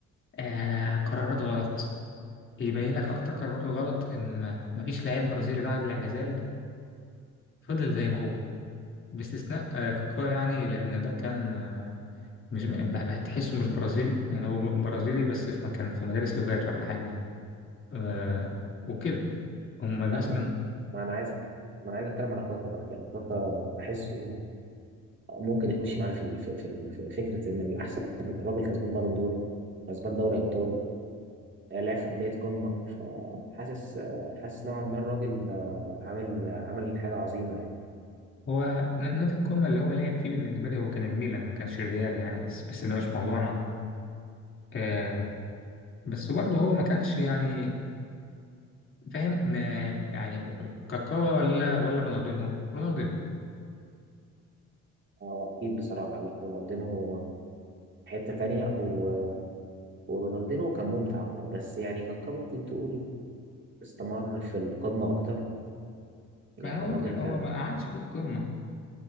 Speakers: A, on the left; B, on the right.
A: آه قرارات غلط يبين لك أكتر قراراته غلط إن ما ما فيش لاعب برازيلي بعد الاعتزال فضل زي ما هو باستثناء آه كاكا يعني لأن ده كان آه، مش بح- هتحسه مش برازيلي يعني هو ب- برازيلي بس في مكان في مدارس لغات ولا حاجة يعني آه وكده هم
B: لا
A: مثلا
B: ما انا عايزك ما انا عايز اتكلم على كاكا بقى يعني كاكا بحسه ممكن يخش معانا في ال- في في ال- في فكره ان الاحسن الراجل كسبان بالون دور كسبان دوري ابطال آه، لعب في انديه قمه فحاسس آه، حاسس نوعا ما الراجل آه، عامل آه، عامل حاجه عظيمه يعني
A: هو ن- نادي القمة اللي هو لعب فيه بالنسبة لي هو كان الميلان ما كانش الريال يعني بس بس ده مش موضوعنا آه بس برضه هو ما كانش يعني فاهم ما يعني كاكا ولا ولا رونالدينهو رونالدينهو
B: هو اكيد بصراحه لا رونالدينو حته تانية و- ورونالدينو كان ممتع اكتر بس يعني كاكا ممكن تقول استمر في القمه اكتر يعني
A: ما هو
B: الراجل
A: لا
B: كان
A: هو ما قعدش في القمة